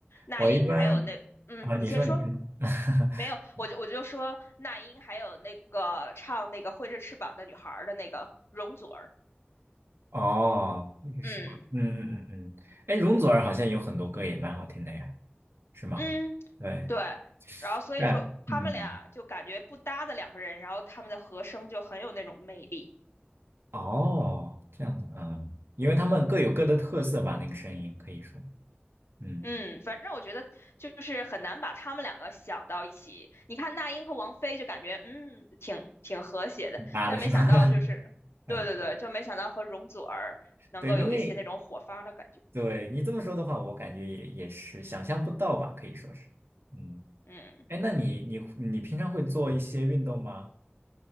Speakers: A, on the left; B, on the right.
A: 那英还有那，
B: 我一般
A: 嗯，
B: 啊，
A: 你先说。
B: 你说你听。<laughs>
A: 没有，我就我就说那英还有那个唱那个挥着翅膀的女孩儿的那个容祖儿，
B: 哦，哦也是吗？
A: 嗯
B: 嗯嗯嗯嗯，哎，容祖儿好像有很多歌也蛮好听的呀，是吗？
A: 嗯，
B: 对，
A: 对，然后所以说他们俩就感觉不搭的两个人，
B: 但嗯，
A: 然后他们的和声就很有那种魅力。
B: 哦，这样子，嗯，因为他们各有各的特色吧，那个声音可以说，嗯，
A: 嗯，反正我觉得就是很难把他们两个想到一起。你看那英和王菲就感觉嗯挺挺和谐的，
B: 拉的是吧，
A: 但没想到就是，
B: <laughs> 嗯，
A: 对对对，就没想到和容祖儿能够有一些那种火花的感觉。
B: 对，因为对你这么说的话，我感觉也也是想象不到吧，可以说是，嗯，
A: 嗯，
B: 哎，那你你你平常会做一些运动吗？